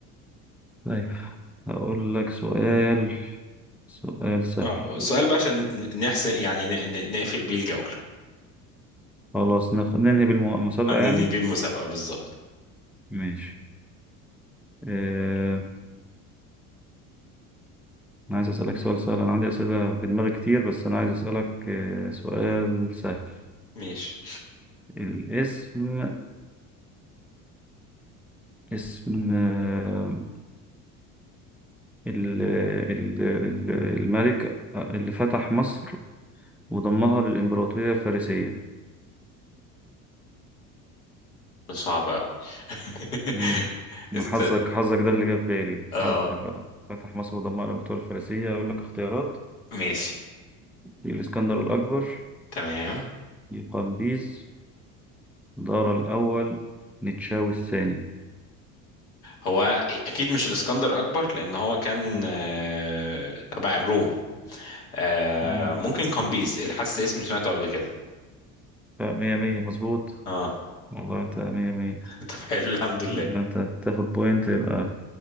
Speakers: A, in the centre; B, on the left (about 80°).
A: طيب هقول لك سؤال سؤال سهل
B: اه سؤال بقى عشان ن- نحسن يعني ن- ن- نقفل بيه الجولة
A: خلاص نخ... ننهي بالمسابقة
B: ننهي
A: يعني
B: بيه المسابقة بالظبط
A: ماشي آه... أنا عايز أسألك سؤال سهل أنا عندي أسئلة في دماغي كتير بس أنا عايز أسألك آه... سؤال سهل
B: ماشي
A: الاسم اسم آه، ال- ال- ال- الملك اللي فتح مصر وضمها للإمبراطورية الفارسية
B: ده صعب أوي <laughs>
A: امم
B: استنى
A: حظك حظك ده اللي جه في بالي
B: اه
A: حظك بقى فتح مصر وضمها للإمبراطورية الفارسية أقول لك اختيارات
B: ماشي
A: الإسكندر الأكبر
B: تمام
A: قمبيز دارا الأول نتشاوي الثاني
B: هو اكيد مش الاسكندر الاكبر لان هو كان
A: مم.
B: آه، تبع الروم آه،
A: تمام
B: ممكن قمبيز اللي حاسس اسم سمعته قبل كده
A: بقى مية مية مظبوط
B: اه
A: والله أنت مية مية
B: <laughs> طب حلو الحمد لله
A: ده أنت تاخد بوينت يبقى